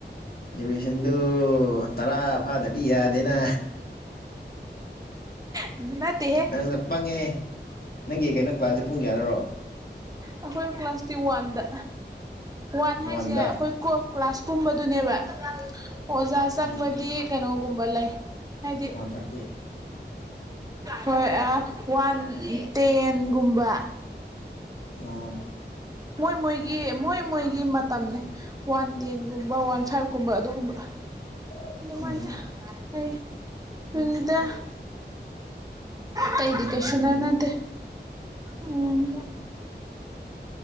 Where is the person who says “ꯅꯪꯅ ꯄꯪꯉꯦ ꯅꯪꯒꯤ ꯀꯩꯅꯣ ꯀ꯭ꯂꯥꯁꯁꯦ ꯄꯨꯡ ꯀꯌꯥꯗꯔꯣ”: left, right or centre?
Left